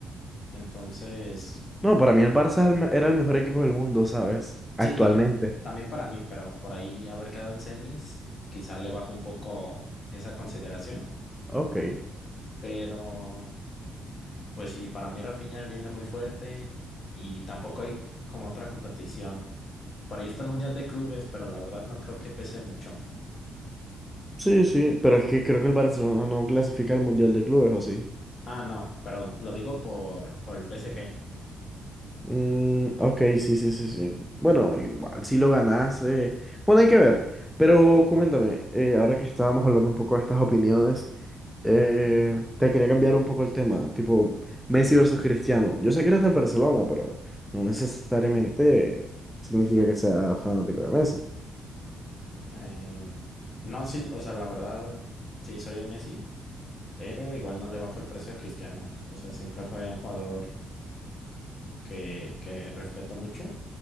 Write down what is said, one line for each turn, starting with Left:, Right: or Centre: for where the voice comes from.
Left: Entonces,
Centre: No, para mí el Barça era el me- era el mejor equipo del mundo, ¿sabes? Actualmente.
Left: sí, también, también para mí, pero por ahí haber quedado en semis, quizás le baja un poco esa consideración.
Centre: Ok.
Left: Pero, pues sí, para mí Rafinha viene muy fuerte y tampoco hay como otra competición. Por ahí está el Mundial de Clubes, pero la verdad no creo que pese mucho.
Centre: Sí, sí, pero es que creo que el Barcelona no clasifica al Mundial de Clubes, ¿o sí?
Left: Ah, no, pero lo digo por, por el PSG.
Centre: Mm, ok, sí, sí, sí, sí. Bueno, igual si lo ganas, eh, bueno, hay que ver. Pero coméntame, eh, ahora que estábamos hablando un poco de estas opiniones, Eh, te quería cambiar un poco el tema, tipo
Left: Dime.
Centre: Messi versus Cristiano. Yo sé que eres de Barcelona, pero no necesariamente significa
Left: <laughs>
Centre: que sea fanático de Messi.
Left: Eh, no, sí, o sea, la verdad, sí soy de Messi, pero igual no le bajo el precio a Cristiano. O sea, siempre fue un jugador que, que respeto mucho